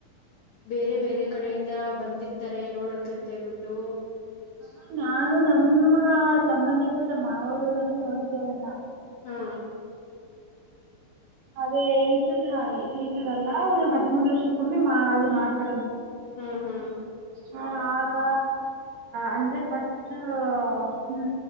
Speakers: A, on the left; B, on the right.
A: ಬೇರೆ ಬೇರೆ ಕಡೆಯಿಂದ ಬಂದಿರ್ತಾರೆ ನೋಡ್ಕ್ಂತ ಹೇಳ್ಬಿಟ್ಟು
B: ಹ ನಾನು ನಮ್ಮ ಸಂಬಂಧಿಕರ ನಮ್ಮ ಮಾವರೂರಲ್ಲಿ ನೋಡಿದೆ ಅದನ್ನ
A: ಹಾ
B: ಅದೇ ಈ ತರ ಅ ಈ ತರ ಅಲ್ಲಾ ಅವ್ರು ಹದಿಮೂರ್ ವರ್ಷಕ್ಕೊಮ್ಮಿ ಮಾ ಮಾಡ್ತಾರ
A: ಹ್ಮ್ ಹ್ಮ್
B: ಹ ಆಗ ಅಂದ್ರೆ ಫಸ್ಟ್ ಹ್ಮ